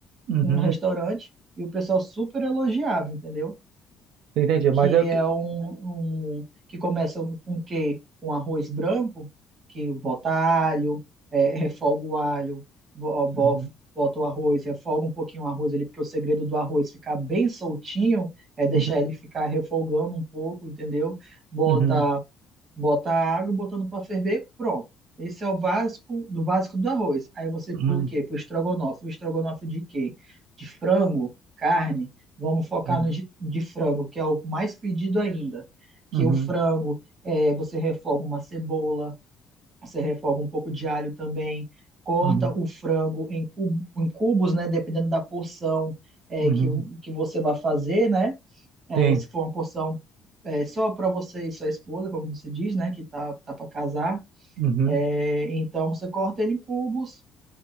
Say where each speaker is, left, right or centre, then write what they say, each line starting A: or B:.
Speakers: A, on the right; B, on the right.
A: uhum.
B: um restaurante e o pessoal super elogiava, entendeu?
A: Entendi,
B: Que
A: mas eu... que-
B: é um, um- que começa com quê? Com arroz branco, que bota alho, é, refoga o alho, bo- bo-
A: Uhum,
B: bota o arroz, refoga um pouquinho o arroz ali, porque o segredo do arroz ficar bem soltinho é deixar
A: uhum,
B: ele ficar refogando um pouco, entendeu? Bota
A: uhum,
B: Bota a água, botando para ferver, pronto. Esse é o básico do básico do arroz. Aí você
A: uhum,
B: pula o quê? Pro estrogonofe. O estrogonofe de quê? De frango, carne. Vamos focar
A: uhum,
B: no de, de frango, que é o mais pedido ainda. Que
A: uhum,
B: o frango, é, você refoga uma cebola, você refoga um pouco de alho também, corta
A: uhum.
B: o frango em, cub- em cubos, né? Dependendo da porção é,
A: uhum.
B: que, que você vai fazer, né? É,
A: Sim.
B: se for uma porção é, só para você e sua esposa, como você diz, né, que tá, tá para casar,
A: Uhum,
B: é, então você corta ele em cubos.